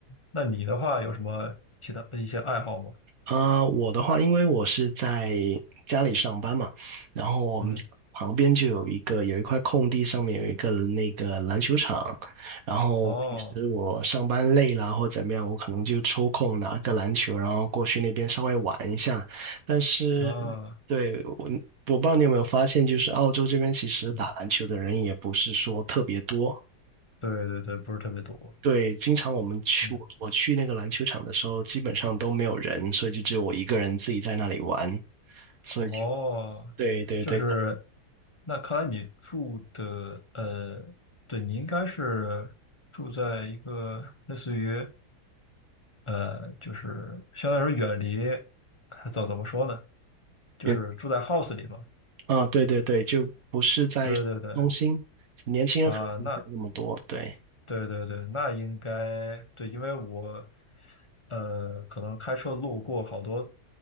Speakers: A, on the left; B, on the right.
A: 那你的话有什么其他一些爱好吗？
B: 啊、我的话，因为我是在家里上班嘛，然后我们旁边就有一个有一块空地，
A: 嗯，
B: 上面有一个那个篮球场，然后平时我上班累了或怎么样，
A: 哦，
B: 我可能就抽空拿个篮球，然后过去那边稍微玩一下。但是，
A: 啊，
B: 对，我我不知道你有没有发现，就是澳洲这边其实打篮球的人也不是说特别多，
A: 嗯，对对对，不是特别多。
B: 对，经常我们去我我去那个篮球场的时候，
A: 嗯，
B: 基本上都没有人，所以就只有我一个人自己在那里玩，所以就
A: 哦，
B: 对对对，
A: 就是，那看来你住的，呃，对，你应该是住在一个类似于，呃，就是相当于远离，怎怎么说呢？就是住在
B: 嗯
A: house 里嘛。
B: 啊对对对，就不是在市中心，
A: 对对对，
B: 年轻人可能没有那么多，
A: 啊，那
B: 对，
A: 对对对，那应该对，因为我呃，可能开车路过好多